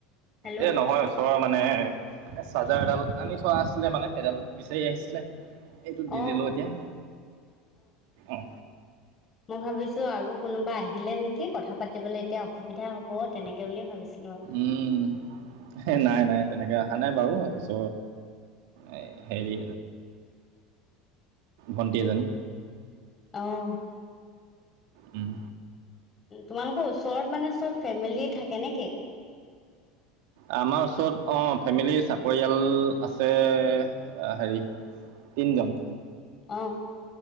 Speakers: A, on the left (about 35°); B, on the right (about 65°).
A: হেল্ল'
B: এ নহয় ওচৰৰ মানে এ চাৰ্জাৰ এডাল আনি থোৱা আছিলে মানে সেইডাল বিচাৰি আহিছিলে এইটো দি
A: অঁ
B: দিলোঁ এতিয়া অঁ
A: মই ভাবিছো আৰু কোনোবা আহিলে নেকি কথা পাতিবলৈ এতিয়া অসুবিধা হ'ব তেনেকে বুলিয়ে ভাবিচিল
B: উম এ নাই নাই তেনেককা অহা নাই বাৰু তিছ এ হেৰি ভণ্টি এজনী।
A: অহ
B: উম।
A: তোমালোকৰ ওচৰত মানে চব ফেমিলি থাকে নে কি?
B: আমাৰ ওচৰত অ ফেমিলি চাকৰিয়াল আছে হেৰি তিন জন
A: অ',